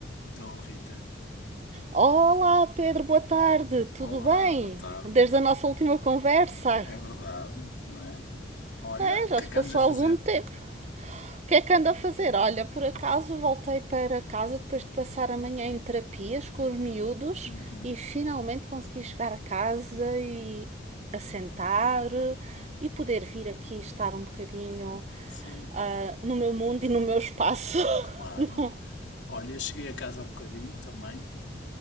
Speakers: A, on the left; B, on the right.
A: Estou, Rita.
B: Olá, Pedro, boa tarde, tudo
A: Olá,
B: bem?
A: boa tarde.
B: Desde a nossa última conversa?
A: É verdade, não é? Olha,
B: É, já
A: o que
B: se
A: é que
B: passou
A: andas a fazer?
B: algum tempo. O que é que anda a fazer? Olha, por acaso voltei para casa depois de passar a manhã em terapias com os miúdos
A: Uhum,
B: e finalmente consegui chegar a casa e assentar e poder vir aqui estar um bocadinho
A: sim,
B: ah, no meu mundo e no meu espaço.
A: claro.
B: <laughs> Não.
A: Olha, eu cheguei a casa há bocadinho também.